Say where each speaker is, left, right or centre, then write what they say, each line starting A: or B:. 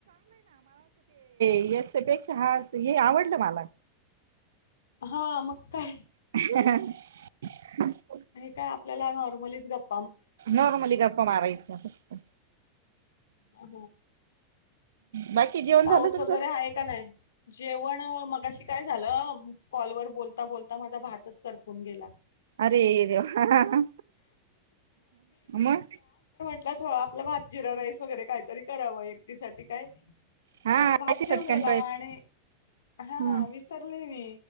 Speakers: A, on the right (about 85°); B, on the left (about 90°).
A: यापेक्षा हा हे आवडलं मला
B: हा मका
A: ह
B: आणि काय आपल्याला नॉर्मलीच गप्
A: नॉर्मली गप्पा मारायचा फक्त
B: हा
A: बाकी जेवण
B: पाऊस
A: झालं तुमचं
B: वगैरे आहे का नाही जेवण मगाशी काय झालं कॉल वर बोलता बोलता माझा भातच करपून गेला
A: अरे देवा हा मग
B: थों आपलं भात जीर <unintelligible> गैरे काहीतरी करावं व्यक्तीसाठी काय
A: हा
B: तर भात ठेवलेला
A: सटकन
B: आणि
A: पाहिजे
B: हा विसरले मी